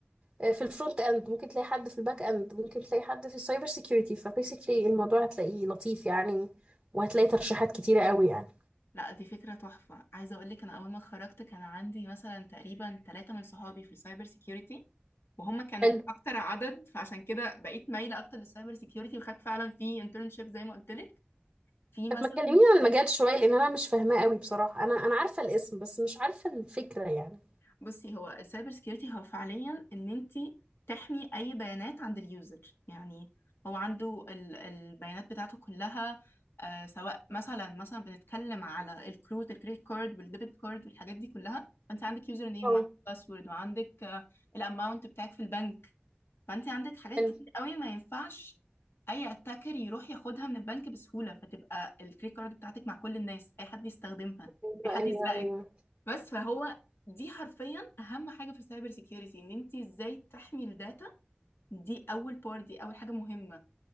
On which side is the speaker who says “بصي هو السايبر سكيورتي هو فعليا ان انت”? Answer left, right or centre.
Left